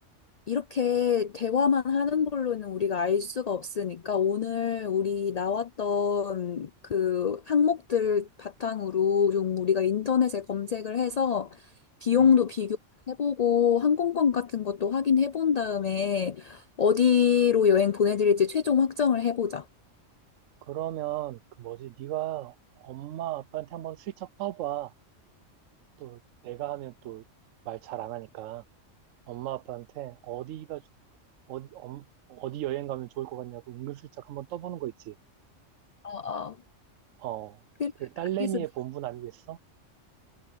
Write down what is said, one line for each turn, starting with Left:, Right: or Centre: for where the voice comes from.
Left: 이렇게 대화만 하는 걸로는 우리가 알 수가 없으니까 오늘 우리 나왔던 그 항목들 바탕으로 좀 우리가 인터넷에 검색을 해서 비용도
Right: 응.
Left: 비교해보고 항공권 같은 것도 확인해 본 다음에 어디로 여행 보내드릴지 최종 확정을 해보자.
Right: 그러면 그 뭐지? 네가 엄마 아빠한테 한번 슬쩍 떠봐. 또 내가 하면 또 말 잘 안 하니까 엄마 아빠한테 어디가 좋- 어디 엄- 어디 여행 가면 좋을 것 같냐고 은근슬쩍 한번 떠보는 거 있지.
Left: 어, 어.
Right: 어,
Left: 그-
Right: 그 딸내미의
Left: 그래서
Right: 본분 아니겠어?